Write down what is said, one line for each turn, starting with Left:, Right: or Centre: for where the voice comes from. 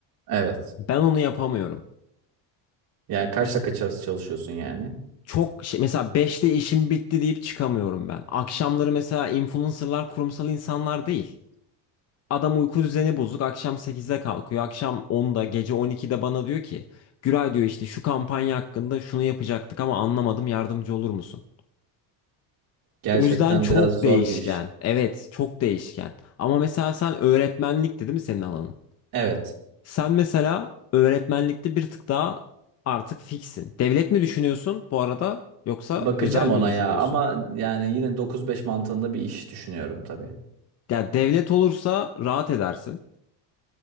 Right: Evet.
Left: Ben onu yapamıyorum.
Right: Yani kaçla kaç arası çalışıyorsun yani?
Left: Çok şey, mesela 5'te işim bitti deyip çıkamıyorum ben. Akşamları mesela influencerlar kurumsal insanlar değil. Adam uyku düzeni bozuk. Akşam 8'de kalkıyor. Akşam 10'da, gece 12'de bana diyor ki, Güray diyor işte şu kampanya hakkında şunu yapacaktık ama anlamadım yardımcı olur musun?
Right: Gerçekten
Left: O yüzden çok
Right: biraz zor
Left: değişken.
Right: bir iş.
Left: Evet, çok değişken. Ama mesela sen öğretmenlikti değil mi senin alanın?
Right: Evet.
Left: Sen mesela öğretmenlikte bir tık daha artık fiksin. Devlet mi düşünüyorsun bu arada yoksa
Right: Bakacağım
Left: özel mi
Right: ona
Left: düşünüyorsun?
Right: ya ama yani yine 9-5 mantığında bir iş düşünüyorum tabii.
Left: Ya devlet olursa rahat edersin.